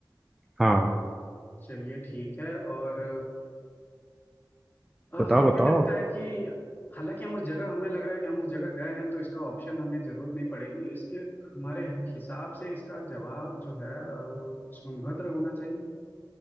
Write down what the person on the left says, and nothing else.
चलिए ठीक है और अ,
हमें
लगता है कि हालांकि हम उस जगह हमें लग रहा है कि हम उस जगह गए हैं तो इसका ऑप्शन हमें जरूरत नहीं पड़ेगी इसके हमारे हिसाब से इसका जवाब जो है अ, सोनभद्र होना चाहिए